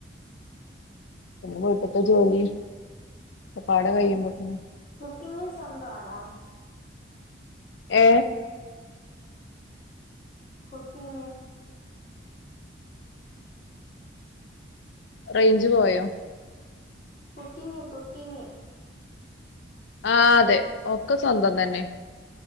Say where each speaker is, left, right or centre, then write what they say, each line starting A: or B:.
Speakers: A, on the left; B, on the left.
A: പിന്നെ വീട്ടിലെ ജോലി ഒക്കെപടെ കഴിയുമ്പോക്കെ
B: കുക്കിങ് സ്വന്തം ആണോ ചെയ്യുന്നത്
A: ഏ
B: കുക്കിങ്
A: റേഞ്ച് പോയോ
B: കുക്കിങ് കുക്കിങ്
A: ആ തെ ഒക്ക സ്വന്തം തന്നെ